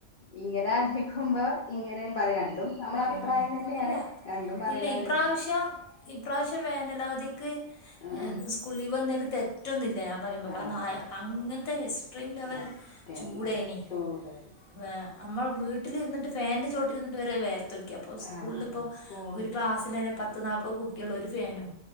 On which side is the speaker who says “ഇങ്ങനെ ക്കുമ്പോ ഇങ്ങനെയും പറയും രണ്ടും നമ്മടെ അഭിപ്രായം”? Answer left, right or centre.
Left